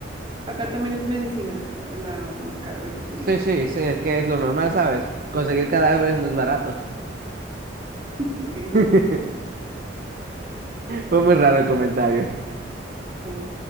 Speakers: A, on the right; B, on the right.
A: Acá también es medicina, la más cara la que te
B: Sí,
A: digo.
B: sí, sí, es que es lo normal, ¿sabes? Conseguir cadáveres no es barato.
A: Ok, eso
B: <laughs>
A: fue como...
B: Fue muy raro el comentario.
A: que-